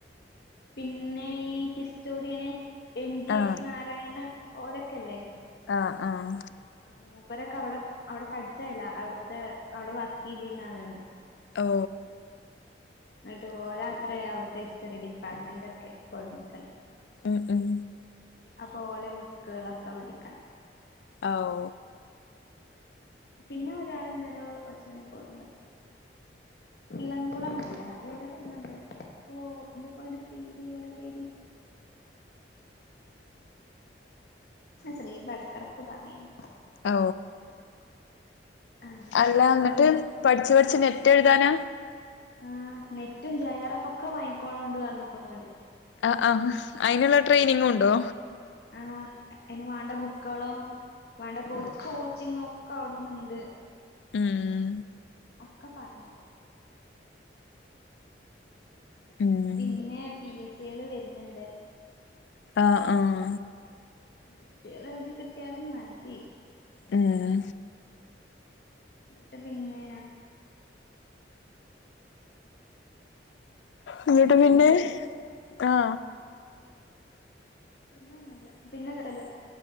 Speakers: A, on the left (about 60°); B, on the left (about 80°).
A: പിന്നെ ഈ ഹിസ്റ്റോറിയന് എം ജി
B: ആഹ്
A: എസ് നാരായണ ഓലൊക്കെല്ലേ.
B: ആഹ് ആഹ്‌.
A: ആഹ് മൂപ്പരൊക്കെ അവിടെ അവിടെ പഠിച്ചല്ല അവിടുത്തെ അവിടെ വർക്ക് ചെയ്തിന്നാണ്അർഞ്.
B: ഓ.
A: എന്നിട്ട് ഓല അത്രയ അവിടുത്തെ ഇസ്റ്ററി ഡിപ്പാർട്ട്മെന്റ് ഒക്കെ കൊടന്ന്ക്ണ്.
B: ഉം ഉം.
A: അപ്പോലെ ബുകോളൊക്കെ പഠിക്കണം.
B: ആ ഓ.
A: പിന്നെ ഒരാൾണ്ടല്ലോ പട്ച്ചോനെ എനിക്ക് ഓർമ്മല്ല. ഇളംകുളമല്ല വേറൊന്നണ്ട് ഇപ്പ എന്താപ്പ അതിന്റെ പേര് ഓലെ പേര്. ശ്രീബഎടക് എടക്ക് പറഞ്ഞിന്നു.
B: ഓ
A: ആഹ്
B: അല്ല ന്ട്ട്
A: ഓല്
B: പഠിച്ചു പഠിച്ച് നെറ്റ് എഴുതാന.
A: ആഹ് നെറ്റും ജെആർ എഫ് ഒക്കെ വാങ്ങി കൊണ്ടു പറഞ്ഞു ക്ണോല്.
B: ആ ആ അതിനുള്ള ട്രെയിനിങ് ഉണ്ടോ.
A: ആ ഇനി വാണ്ട ബുക്കോളും. വേണ്ട കൊച് കോച്ചിങ്ങ ഒക്കെ അവ്ട്ന്ന്ണ്ട്.
B: ഉം
A: ഒക്കെ പറഞ്ഞ്.
B: ഉം
A: പിന്നെ പി എസി ആള് വരുന്നുണ്ട്.
B: ആഹ് ആഹ്‌.
A: <unintelligible> എഴതി കട്ടിയാലും മതി.
B: ഏഹ്.
A: എന്ട്ട് പിന്നെ.
B: ഇന്ന്ട്ട്
A: പിന്നൊന്നുല്ല
B: പിന്നെ ആഹ.
A: പിന്നൊന്നുല്ല പിന്നെ തല്ല